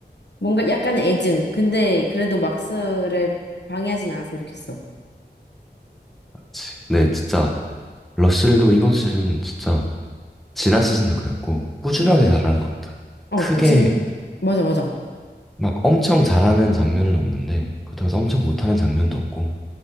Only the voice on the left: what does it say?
뭔가 약간 애증. 근데 그래도 막스를 방해하진 않았으면 좋겠어.
응.
어,
꾸친 맞아 맞아.